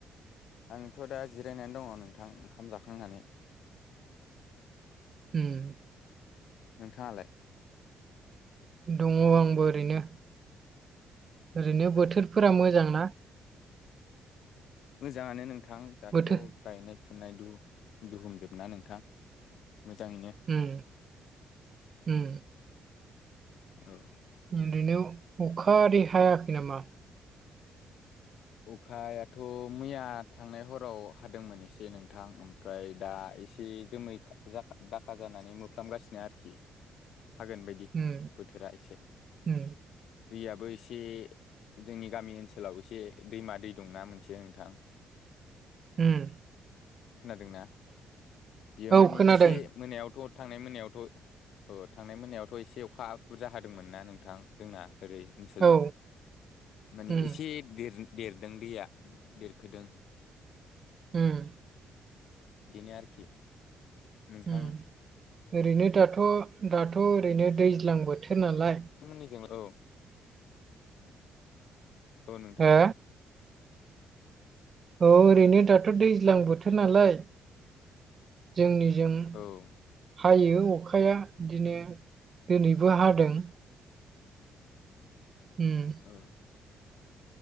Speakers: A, on the left; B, on the right.
A: आंथ' दा जिरायनानै दङ नोंथां ओंखाम जाखांनानै
B: उम
A: नोंथाङालाय
B: दङ आंबो ओरैनो। ओरैनो बोथोरफोरा मोजां ना?
A: मोजाङानो नोंथां दाथ'
B: बोथोर
A: गायनाय फुनाय दुहुमजोबना नोंथां मोजाङैनो।
B: उम उम
A: औ।
B: ओरैनो अखा हादै हायाखै नामा?
A: अखायाथ' मैया थांनाय हराव हादोंमोन एसे नोंथां ओम ओमफ्राय दा एसे जोमै दाखा जानानै मोफ्लागासिनो आरोखि हागोन बायदि
B: उम
A: बोथोरा एसे
B: उम
A: दैयाबो एसे जोंनि गामि ओनसोलाव एसे दैमा दै दंना मोनसे नोंथां।
B: उम
A: खोनादोंना बियो
B: औ
A: मानि
B: खोनादों
A: एसे मोनायावथ' थांनाय मोनायावथ' औ थांनाय मोनायावथ' एसे अखा बुरजा हादोंमोन ना नोंथां जोंना ओरै ओनसोलजों
B: औ
A: माने
B: उम
A: एसे देर देरदों दैया देरखोदों।
B: उम
A: दिनो आरोखि नोंथां
B: उम ओरैनो दाथ' दाथ' ओरैनो दैज्लां बोथोर नालाय
A: थांमोननिजों औ अ नोंथां
B: हो औ ओरैनो दाथ' दैज्लां बोथोर नालाय जोंनिजों
A: औ
B: हायो अखाया बिदिनो दोनैबो हादों। उम
A: अ